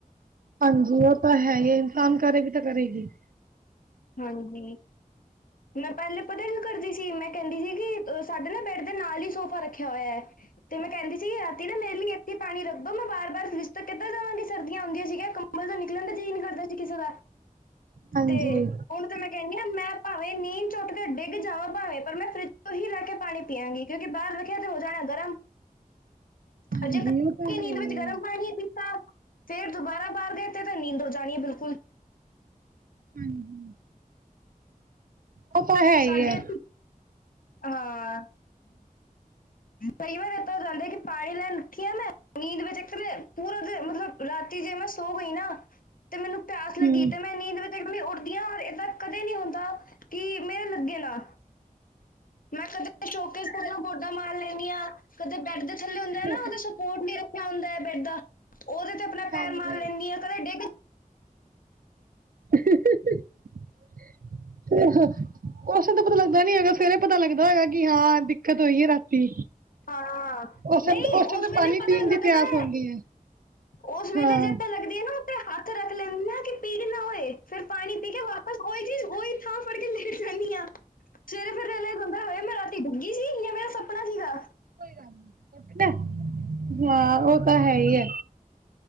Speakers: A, on the right; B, on the left.
A: ਹਾਂਜੀ ਉਹ ਤਾਂ ਹੈ ਹੀ। ਕੰਮ ਕਰੇਗੀ ਤੇ ਕਰੇ ਗੀਤ।
B: ਹਾਂਜੀ। ਮੈਂ ਪਹਿਲੇ ਪਤਾ ਕੀ ਕਰਦੀ ਸੀ, ਮੈਂ ਕਹਿੰਦੀ ਸੀਗੀ ਅ ਸਾਡੇ ਨਾ ਬੈਡ ਦੇ ਨਾਲ ਹੀ ਸੋਫਾ ਰੱਖਿਆ ਹੋਇਆ ਐ। ਤੇ ਮੈਂ ਕਹਿੰਦੀ ਸੀਗੀ ਰਾਤੀ ਨਾ ਮੇਰੇ ਲਈ ਇੱਥੇ ਪਾਣੀ ਰੱਖ ਦੋ, ਮੈਂ ਬਾਰ- ਬਾਰ ਫਰੀਜ ਤਕ ਕਿੱਦਾਂ ਜਾਵਾਂਗੀ ਸਰਦੀਆਂ ਆਉਂਦੀ ਸੀਗੀਆਂ। ਮਤਲਬ ਤਾਂ ਨਿਕਲਣ ਦਾ ਜੀ ਨੀ ਕਰਦਾ ਸੀ ਕਿਸੇ ਦਾ
A: ਹਾਂਜੀ
B: ਤੇ ਹੁਣ ਤਾਂ ਮੈਂ ਕਹਿੰਦੀ ਆ, ਮੈਂ ਭਾਵੇ ਨੀਂਦ ਚੋਂ ਉੱਠਕੇ ਡਿੱਗ ਜਾਵਾਂ ਭਾਵੇਂ, ਪਰ ਮੈਂ ਫਰਿੱਜ ਤੋਂ ਹੀ ਲਹਿ ਕੇ ਪਾਣੀ ਪੀ ਆਂਗੀ ਕਿਉਂਕਿ, ਬਾਹਰ ਵੇਖਿਆ ਜੇ ਹੋ ਜਾਣਾ ਗਰਮ।
A: ਹਾਂਜੀ
B: ਅਜੇ ਜੇ ਕੱਚੀ
A: ਉਹ ਤਾਂ ਹੈ
B: ਨੀਂਦ
A: ਹੀ
B: ਵਿੱਚ ਗਰਮ
A: ਹੈ
B: ਪਾਣੀ ਪੀਤਾ। ਫੇਰ ਦੁਬਾਰਾ ਬਾਹਰ ਗਏ ਤੇ ਤਾਂ, ਨੀਂਦ ਉਡ ਜਾਣੀ ਐ, ਬਿਲਕੁਲ।
A: ਹੂੰ- ਹੂੰ ਉਹ ਤਾਂ ਹੈ ਹੀ
B: ਸਾਡੇ
A: ਐ।
B: ਇੱਥੇ- ਹਾਂ। ਕਈ ਵਾਰ ਏਦਾਂ ਹੋ ਜਾਂਦੇ, ਕਿ ਪਾਣੀ ਲੈਣ ਉੱਠੀ ਆ ਮੈਂ, ਨੀਂਦ ਵਿੱਚ ਇੱਕ ਤਾਂ ਨਾ ਪੂਰਾ ਦੇ ਮਤਲਬ ਰਾਤੀ ਜੇ ਮੈਂ ਸੋ ਗਈ ਨਾ, ਤੇ ਮੈਨੂੰ ਪਿਆਸ
A: ਹਮ
B: ਲੱਗੀ ਤੇ ਮੈਂ ਨੀਂਦ ਵਿੱਚ ਇੱਕ ਉੱਠਦੀ ਆ ਔਰ ਇਦਾ ਕਦੇ ਨੀ ਹੁੰਦਾ, ਕਿ ਮੇਰਾ ਲੱਗੇ ਨਾ। ਮੈਂ ਕਦੇ ਸ਼ੋਕੇ ਗੋਡਾ ਮਾਰ ਲੈਂਦੀ ਆ, ਕਦੇ ਬੈਡ ਦੇ ਥੱਲੇ ਹੁੰਦੇ
A: ਹੂੰ- ਹੂੰ।
B: ਸਪੋਰਟ ਨ ਰੱਖਿਆ ਹੁੰਦਾ ਐ ਬੈਡ ਦਾ, ਉਹਦੇ ਤੇ ਆਪਣਾ ਪੈਰ
A: ਹਾਂਜੀ
B: ਮਾਰ ਲੈਂਦੀ ਹੈ ਕਦੇ ਡਿੱਗ
A: <unintelligible> ਉਸੇ ਤਾਂ ਪਤਾ ਲੱਗਦਾ ਨੀ ਹੋਏਗਾ, ਸਵੇਰੇ ਪਤਾ ਲੱਗਦਾ ਹੈਗਾ ਕਿ, ਹਾਂ ਦਿੱਕਤ ਹੋਈ ਹੈ ਰਾਤੀ।
B: ਹਾਂ
A: ਉਸ ਟ
B: ਨਹੀਂ
A: ਉਸ ਟੇਮ ਤਾਂ
B: ਵੇਲੇ
A: ਪਾਣੀ
B: ਪਤਾ
A: ਪੀਣ
B: ਲੱਗਦਾ
A: ਦੀ ਪਿਆਸ ਹੋਂਦੀ ਹੈ।
B: ਉਸ ਵੇਲੇ
A: ਹਾਂ
B: ਜੇ ਤਾਂ ਲੱਗਦੀ ਐ ਨਾ ਉਹ ਤੇ ਹੱਥ ਰੱਖ ਲੈਂਦੀ ਆ ਕਿ ਪੀੜ ਨਾ ਹੋਏ, ਫੇਰ ਪਾਣੀ ਪੀ ਕੇ ਵਾ ਬ ਉਹੀ ਚੀਜ਼ ਓਹੀ ਥਾਂ ਫੜ ਕੇ ਲੈਟ ਜਾਂਨੀ ਐ, ਸਵੇਰੇ ਫ ਲੇ ਗੁੰਦਾ ਹੋਆ ਮੈਂ ਰਾਤੀ ਓਠਗੀ ਸੀ, ਜਾਂ ਮੇਰਾ ਸੁਪਨਾ ਸੀਗਾ।
A: ਕੋਈ ਗੱਲ ਨੀ, ਹਾਂ ਉਹ ਤਾਂ ਹੈ ਹੀ ਐ।